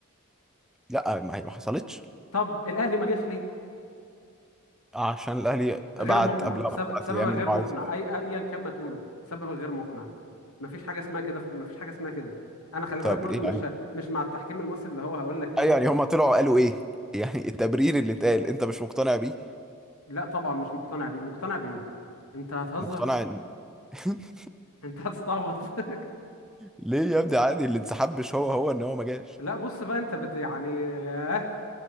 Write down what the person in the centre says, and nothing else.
لا ما هي ما حصلتش
عشان الاهلي
بعت
قبلها
باربع
ايام
انه عايز
طب
ايه
يعني
ايوه يعني هم طلعوا قالوا ايه يعني التبرير اللي اتقال انت مش مقتنع بيه
مقتنع ان <laughs>
ليه يا ابني عادي اللي انسحب مش هو هو ان هو ما جاش